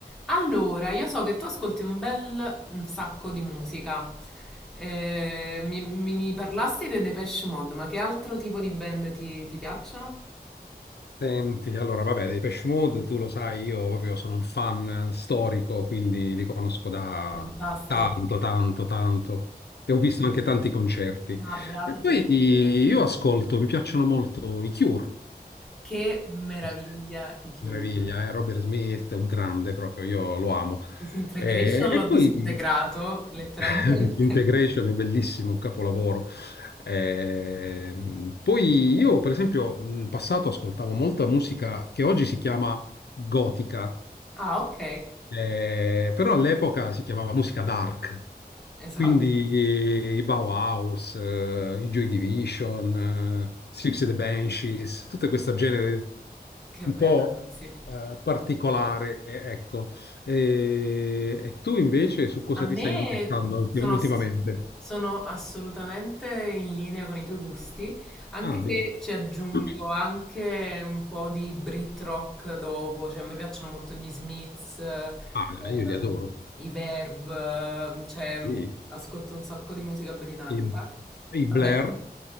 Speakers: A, in the centre; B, on the left.
A: Allora, io so che tu ascolti un bel un sacco di musica. Eh, mi, mi- mi parlasti dei Depeche Mode, ma che altro tipo di band ti, ti piacciono?
B: Senti, allora vabbè, dei Depeche Mode, tu lo sai, io proprio sono un fan eh, storico, quindi li conosco da
A: Fantastico.
B: tanto, tanto, tanto. E ho visto anche tanti concerti.
A: Ma beato
B: E poi
A: te.
B: io ascolto, mi piacciono molto i Cure.
A: Che meraviglia
B: Se-
A: i Cure.
B: Meraviglia, eh? Robert Smith è un grande proprio, io lo amo.
A: Disintegration
B: E,
A: l'ho
B: e
A: disintegrato,
B: poi
A: letteralmente.
B: <laughs> Disintegration
A: <laughs>
B: è bellissimo, un capolavoro. Ehm, poi io, per esempio, in passato ascoltavo molta musica che oggi si chiama gotica,
A: Ah, ok.
B: eh, però all'epoca si chiamava musica dark.
A: Esatto.
B: Quindi eh, i Bauhaus, eh, i Joy Division, eh, Six and the Banshees, tutto questo genere
A: Che
B: un
A: bella,
B: po'
A: sì, sì.
B: eh, particolare, eh, ecco. E, e tu invece su cosa
A: A me
B: ti stai indirizzando ultim-
A: sono,
B: ultimamente?
A: ass- sono assolutamente in linea con i tuoi gusti, anche
B: Ah,
A: se
B: vedi.
A: ci aggiungo
B: Ah,
A: anche un po' di Brit rock dopo, cioè a me piacciono molto gli Smiths, ehm,
B: ah, io li adoro.
A: i Verve, eh, cioè
B: Sì.
A: ascolto un sacco di musica britannica.
B: I, i
A: Vabbè,
B: Blair,